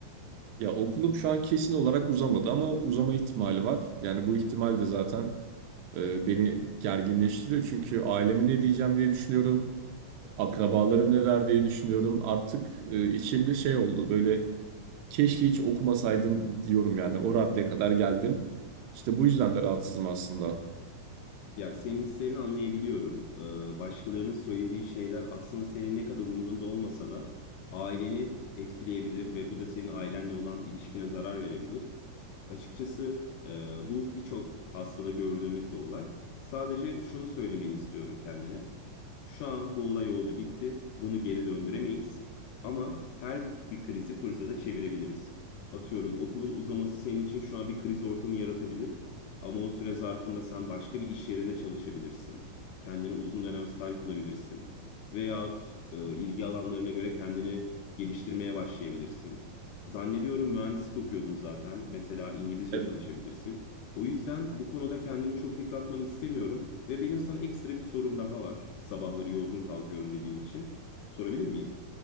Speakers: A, on the right (about 80°); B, on the left (about 80°).
A: Ya okulum şu an kesin olarak uzamadı ama uzama ihtimali var. Yani bu ihtimal de zaten e, beni gerginleştiriyor. Çünkü aileme ne diyeceğim diye düşünüyorum. Akrabalarım ne der diye düşünüyorum. Artık e, içimde şey oldu böyle Keşke hiç okumasaydım diyorum yani. O raddeye kadar geldim. İşte bu yüzden de rahatsızım aslında.
B: Ya senin hislerini anlayabiliyorum. Ee, başkalarının söylediği şeyler aslında senin ne kadar umrunda olmasa da aileni etkileyebilir ve bu da senin ailenle olan ilişkine zarar verebilir. Açıkçası e, bu birçok hastada gördüğümüz bir olay. Sadece şunu söylemeni istiyorum kendine. Şu an bu olay oldu bitti. Bunu geri döndüremeyiz. Ama her bir krizi fırsata çevirebiliriz. Atıyorum okulun uzaması senin için şu an bir kriz ortamı yaratabilir. Ama o süre zarfında sen başka bir iş yerinde çalışabilirsin. Kendine uzun dönem staj bulabilirsin. Veyahut e, ilgi alanlarına göre kendini geliştirmeye başlayabilirsin. Zannediyorum mühendislik okuyordun zaten. Mesela İngilizce
A: Evet.
B: çalışabilirsin. O yüzden bu konuda kendini çok yıpratmanı istemiyorum ve benim sana ekstra bir sorum daha var. Sabahları yorgun kalkıyorum dediğin için. Sorabilir miyim?